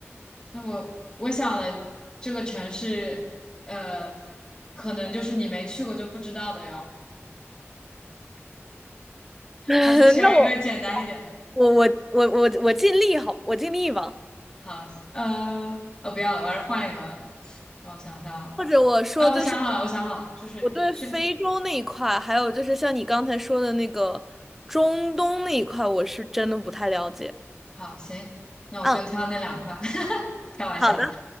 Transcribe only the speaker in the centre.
<laughs> 那我
我我我我我尽力好，我尽力吧。
或者我说，
就是
我对非洲那一块，还有就是像你刚才说的那个中东那一块，我是真的不太了解。
嗯，
好的，